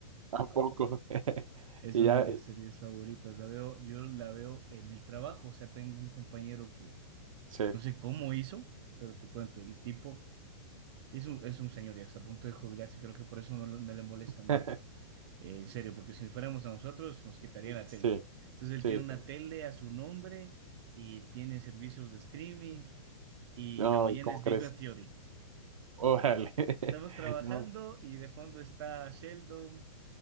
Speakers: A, on the right; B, on the right.
A: a poco? <laughs>
B: Es
A: Y
B: una
A: ya,
B: de mis
A: eh,
B: series favoritas. La veo, yo la veo en el trabajo. O sea, tengo un compañero que
A: sí,
B: no sé cómo hizo, pero te cuento, el tipo es un, es un señor y hasta a punto de jubilarse. Creo que por eso no, lo- no le molesta
A: <laughs>
B: mucho. Eh, en serio, porque si fuéramos a nosotros nos quitaría la
A: sí,
B: tele. Entonces él
A: sí,
B: tiene una
A: sí.
B: tele a su nombre y tiene servicios de streaming y
A: No,
B: la mañana
A: ¿cómo
B: es
A: crees?
B: Big Bang Theory.
A: Órale. <laughs>
B: Estamos trabajando
A: No.
B: y de fondo está Sheldon